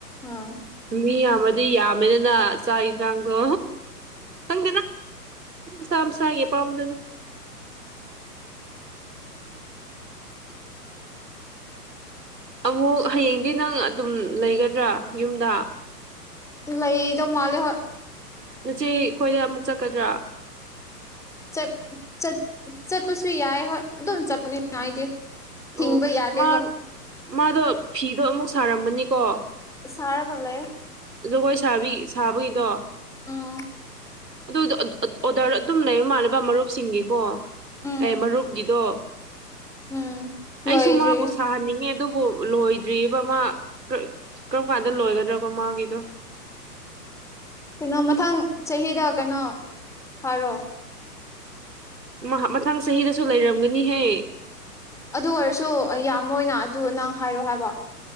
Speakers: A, in the centre; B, on the right.
A: ꯑꯥ
B: ꯃꯤ ꯌꯥꯝꯃꯗꯤ ꯌꯥꯝꯃꯦꯗꯅ ꯆꯥꯛ ꯌꯦꯟꯁꯥꯡꯗꯣ ꯈꯪꯗꯦꯗ ꯃꯁꯥ ꯃꯁꯥꯒꯤ ꯑꯄꯥꯝꯕꯗꯨꯅꯤ ꯑꯃꯨꯛ ꯍꯌꯦꯡꯗꯤ ꯅꯪ ꯑꯗꯨꯝ ꯂꯩꯒꯗ꯭ꯔꯥ ꯌꯨꯝꯗ
A: ꯂꯩꯗꯧ ꯃꯥꯜꯂꯦ ꯍꯣꯏ꯫
B: ꯅꯆꯦ ꯈꯣꯏꯗ ꯑꯃꯨꯛ ꯆꯠꯀꯗ꯭ꯔꯥ?
A: ꯆꯠ ꯆꯠ ꯆꯠꯄꯁꯨ ꯌꯥꯏ ꯍꯣꯏ ꯑꯗꯨꯝ ꯆꯠꯄꯅꯤꯅ ꯑꯩꯗꯤ ꯊꯤꯡꯕ
B: ꯑꯣ
A: ꯌꯥꯗꯦꯀꯣ
B: ꯃꯥ ꯃꯥꯗꯣ ꯐꯤꯗꯣ ꯑꯃꯨꯛ ꯁꯥꯔꯝꯒꯅꯤꯀꯣ
A: ꯁꯥꯔꯒ ꯂꯩꯌꯦ
B: ꯖꯒꯣꯏ ꯁꯥꯕꯤ ꯁꯥꯕꯒꯤꯗꯣ
A: ꯎꯝ
B: ꯑꯗꯨꯗꯣ ꯑꯣꯗꯔ ꯑꯗꯨꯝ ꯂꯩꯕ ꯃꯥꯜꯂꯦꯕ ꯃꯔꯨꯞꯁꯤꯡꯒꯤꯀꯣ
A: ꯎꯝ
B: ꯑꯦ ꯃꯔꯨꯞꯀꯤꯗꯣ
A: ꯎꯝ
B: ꯑꯩꯁꯨ
A: ꯂꯣꯏꯗ꯭ꯔꯤ
B: ꯃꯥꯕꯨ ꯁꯥꯍꯟꯅꯤꯡꯉꯦ ꯑꯗꯨꯕꯨ ꯂꯣꯏꯗ꯭ꯔꯤꯌꯦꯕ ꯃꯥ ꯀ ꯀꯔꯝ ꯀꯥꯟꯗ ꯂꯣꯏꯒꯗ꯭ꯔꯥꯕ ꯃꯥꯒꯤꯗꯣ
A: ꯀꯩꯅꯣ ꯃꯊꯪ ꯆꯍꯤꯗ ꯀꯩꯅꯣ ꯍꯥꯏꯔꯣ
B: ꯃꯍꯥ ꯃꯊꯪ ꯆꯍꯤꯗꯁꯨ ꯂꯩꯔꯝꯒꯅꯤꯍꯦ
A: ꯑꯗꯨ ꯑꯣꯏꯔꯁꯨ ꯌꯥꯝꯃꯣꯏꯅ ꯑꯗꯨ ꯅꯪ ꯍꯥꯏꯔꯣ ꯍꯥꯏꯕ